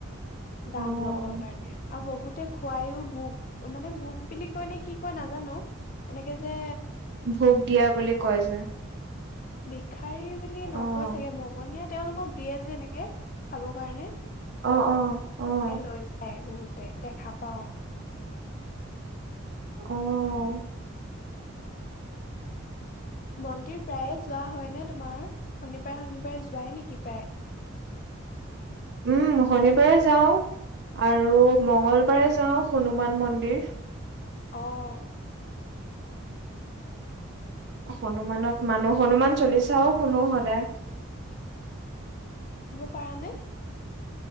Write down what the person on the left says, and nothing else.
দান লবৰ কাৰণে। আৰু বহুতে খুৱায়ো ভোগ মানে ভোগ বুলি কৈনে কি কয় নাজানো এনেকে যে
বিষাৰী বুলি
নকয় চাগে মগনীয়া তেওঁলোকক দিয়ে যে এনেকে খাব কাৰণে।
এ লৈ যায় বহুত। দেখা পাও।
মন্দিৰ প্ৰায়ে যোৱা হয়নে তোমাৰ শনিবাৰে শনিবাৰে যোৱাই নেকি প্ৰায়?
অ'।
পাৰা‌‌ নে?